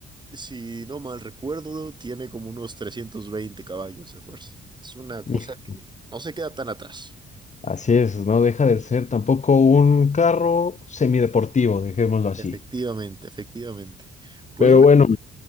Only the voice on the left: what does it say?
Hijo.
Así es, no deja de ser tampoco un carro semideportivo, dejémoslo así.
Pero
bueno.